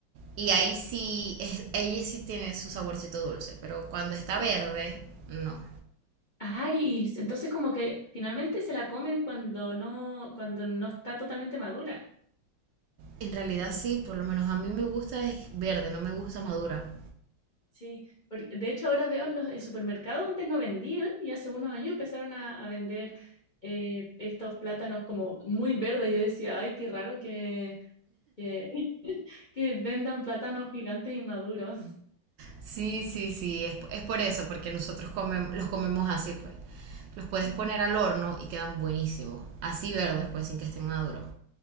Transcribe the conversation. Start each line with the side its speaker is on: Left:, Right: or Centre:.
Right: Y ahí sí, es- ella sí tiene su saborcito dulce. Pero cuando está
Left: Eh,
Right: verde, no.
Left: Ay, y s- entonces como que finalmente se la comen cuando no, cuando no está totalmente madura.
Right: En realidad sí, por lo menos a mí me gusta es verde, no me gusta madura.
Left: Sí, porque- de hecho ahora veo en los en supermercados, antes no vendían y hace unos años empezaron a, a vender eh, estos plátanos como muy verdes. Yo decía, ay, qué raro que, que, <laughs> que vendan plátanos gigantes y maduros.
Right: Sí, sí, sí, es, es por eso, porque nosotros comem- los comemos así, pues. Los puedes
Left: Ujú.
Right: poner al horno y quedan buenísimos, así verdes, pues, sin que estén maduros.